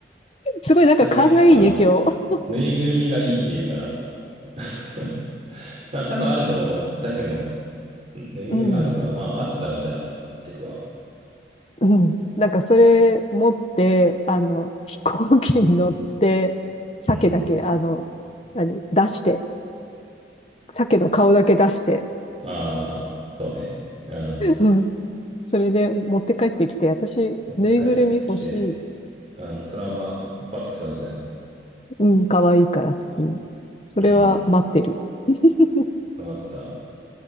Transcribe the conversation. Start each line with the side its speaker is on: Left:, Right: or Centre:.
Left: すごいなんか勘がいいね、
Right: 鮭、うん。
Left: 今日。
Right: ぬいぐるみがいいって言うから。<laughs> まあ、多分あると思う。鮭の、んぬいぐるみあるかなまあ、
Left: うん。
Right: あったらじゃあ、買ってくわ。
Left: うん。なんかそれ持って、あの、<laughs> 飛行機に乗って、鮭だけ、
Right: うん。
Left: あの、何、出して、鮭の顔だけ出して、
Right: ああ、そうね。うん。
Left: うん。それで持って帰ってきて、私、
Right: 持って帰ってきて、
Left: ぬいぐるみ欲しい。
Right: うん、それはまあ、渡すわ、じゃあ。
Left: うん、可愛いから好き。それは待ってる。
Right: うん、
Left: <laughs>
Right: わかった。